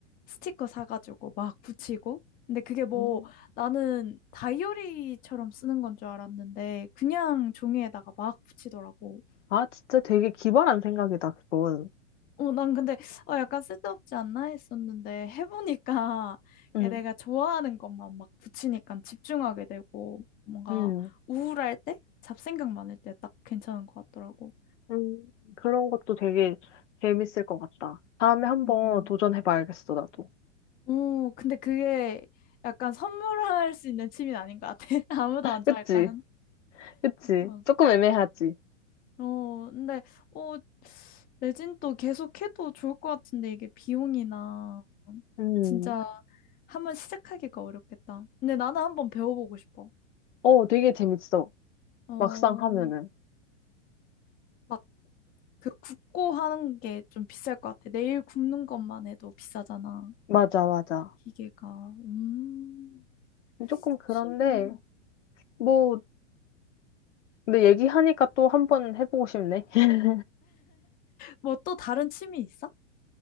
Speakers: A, on the left; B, on the left.
A: 스티커 사가지고 막 붙이고. 근데 그게 뭐
B: 음.
A: 나는 다이어리처럼 쓰는 건 줄 알았는데 그냥 종이에다가 막 붙이더라고.
B: 아, 진짜 되게 기발한 생각이다, 그건.
A: 어, 난 근데 어, 약간 쓸데없지 않나 했었는데 해보니까
B: 응,
A: 이게 내가 좋아하는 것만 막 붙이니까 집중하게 되고 뭔가
B: 응
A: 우울할 때, 잡생각 많을 때 딱 괜찮은 것 같더라고.
B: 응 그런 것도 되게 재밌을 것 같다. 다음에 한번
A: 음.
B: 도전해봐야겠어, 나도.
A: 오, 근데 그게 약간 선물할 수 있는 취미는 아닌 것 같아. <laughs> 아무도 안
B: 그치?
A: 좋아, 약간.
B: 그치?
A: 어,
B: 조금 애매하지?
A: 어, 근데, 어, 레진도 계속 해도 좋을 것 같은데, 이게 비용이나,
B: 음,
A: 진짜 한번 시작하기가 어렵겠다. 근데 나는 한번 배워보고 싶어.
B: 어, 되게 재밌어.
A: 어,
B: 막상 하면은.
A: 막 그 굽고 하는 게 좀 비쌀 것 같아. 내일 굽는 것만 해도 비싸잖아,
B: 맞아, 맞아.
A: 기계가. 음,
B: 조금 그런데,
A: 취미.
B: 뭐, 근데 얘기하니까 또 한번 해보고 싶네. <laughs>
A: 뭐 또 다른 취미 있어?